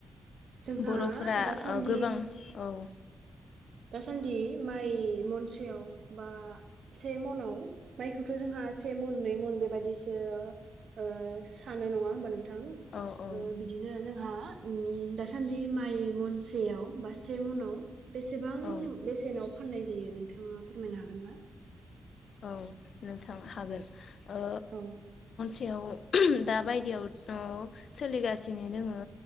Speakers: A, on the right; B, on the left.
A: जोंहा
B: बर'फोरा
A: दासान्दि
B: ओ गोबां औ।
A: दासान्दि माइ महनसेयाव बा से म'नाव माइखौथ' जोंहा से मन नै मन बेबायदिसो ओ सानो नङा होमबा नों थां
B: औ औ
A: ओ बिदिनो। जोंहा उम दासान्दि माइ मन सेयाव बा से मनाव बेसेबां
B: औ
A: बेसेनाव फाननाय जायो नोंथाङा फोरमायनो हागोन ना?
B: औ नोंथां हागोन ओ
A: औ।
B: <unintelligible> दा बायदियाव औ सोलिगासिनो दोङो।